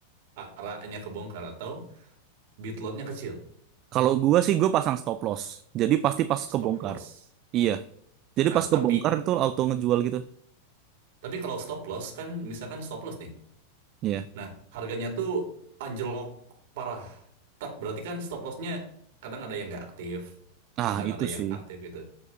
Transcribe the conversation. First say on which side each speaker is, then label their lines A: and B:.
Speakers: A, on the right (about 50°); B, on the right (about 35°).
A: arahnya kebongkar atau bid lotnya kecil,
B: Kalau gua sih gua pasang stop loss. Jadi pasti pas
A: stop
B: kebongkar.
A: loss.
B: Iya. Jadi
A: Nah,
B: pas
A: tapi
B: kebongkar itu auto ngejual gitu.
A: tapi kalau stop loss kan misalkan stop loss nih.
B: Iya.
A: Nah, harganya tuh anjlok parah. Tak berarti kan stop lossnya kadang ada yang nggak aktif,
B: Ah
A: kadang
B: itu
A: ada yang
B: sih.
A: aktif gitu.